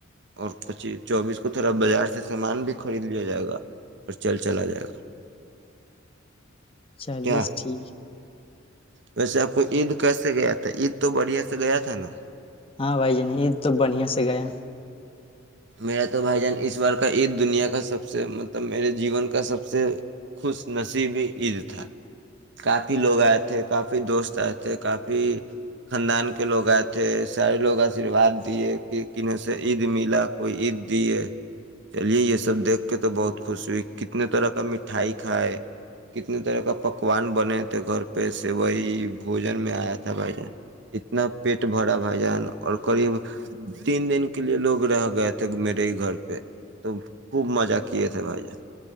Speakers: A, on the right; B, on the left.
A: اور پچیس چوبیس کو تھوڑا بازار سے سامان بھی خرید لیا جائے گا اور چل چلا جائے گا
B: چلیےس
A: کیا
B: ٹھیک
A: ویسے آپ کو عید کیسے گیا تھا عید تو بڑھیا سے گیا تھا نا
B: ہاں بھائی جنی یہید تو بڑھیا سے گیا
A: میرا تو بھائی جان اس بار کا عید دنیا کا سب سے مطلب میرے جیون کا سب سے خوش نصیبی عید تھا کافی لوگ آئے تھے کافی دوست آئے تھے کافی خاندان کے لوگ آئے تھے سارے لوگ آشیرواد دیے کہ کنہوں سے عید ملا کوئی عید دی ہے چلیے یہ سب دیکھ کے تو بہت خوش ہوئی کتنے طرح کا مٹھائی کھائے کتنے طرح کا پکوان بنے تھے گھر پہ سے وہی بوجن میں آیا تھا بھائی جان اتنا پیٹ بھرا بھائی جان اور قریب تین دن کے لیے لوگ رہ گئے تھ <unintelligible> تھے میرے ہی گھر پہ تو خوب مزہ کیے تھے بھائی <unintelligible>